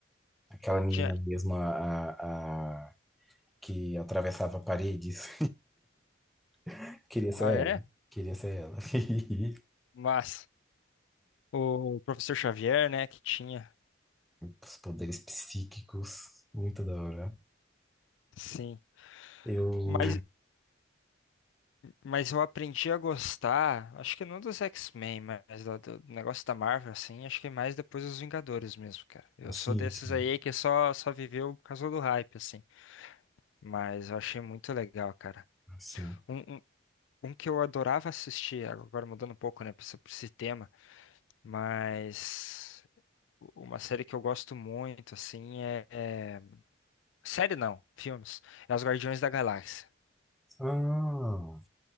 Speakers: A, in the centre; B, on the left.
A: Aquela menina
B: Tinha...
A: mesmo, a, a, a- que atravessava paredes. <laughs> Queria ser
B: Ah, é?
A: ela, queria ser ela. <laughs>
B: Mas o Professor Xavier, né, que tinha,
A: Os poderes psíquicos, muito da hora.
B: sim.
A: Eu,
B: Mas, mas eu aprendi a gostar, acho que não dos X-Men, mas do, do negócio da Marvel, assim, acho que mais depois dos Vingadores mesmo, cara. Eu
A: assim,
B: sou desses
A: assim,
B: aí que só, só viveu por causa do hype, assim. Mas eu achei muito legal, cara.
A: assim.
B: um um- Um que eu adorava assistir, agora mudando um pouco, né, pra esse, pra esse tema, mas uma série que eu gosto muito, assim, é, é- Série não, filmes. É Os Guardiões da Galáxia.
A: Ah,